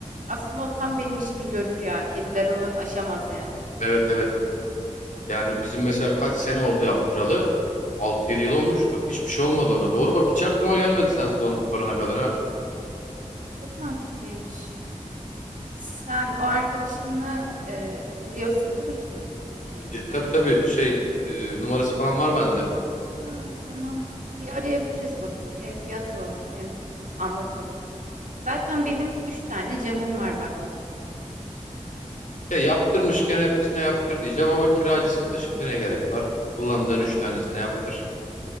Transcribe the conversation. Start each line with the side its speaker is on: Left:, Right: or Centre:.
Right: aslında o tam benim işimi görür ya. Kediler onu aşamaz yani.
Left: Evet evet. Yani bizim mesela kaç sene oldu yaptıralı? Altı yedi yıl olmuştur. Hiçbir şey olmadı ona. Doğru bak hiç aklıma gelmedi sen sor- sorana kadar ha.
Right: Çok mantıklıymış. Sen o arkadaşını e, biliyorsun değil mi kim ne
Left: Ya,
Right: nerede?
Left: tabii tabii şey e, numarası falan var bende.
Right: Ha, tamam. Bir arayabiliriz bak onu. Hem fiyat alalım hem anlatalım. Zaten benim üç tane camım var baktığın zaman.
Left: Ya yaptırmışken hepsine yaptır diyeceğim ama kiracısın da şimdi ne gerek var? Kullandığın 3 tanesine yaptır.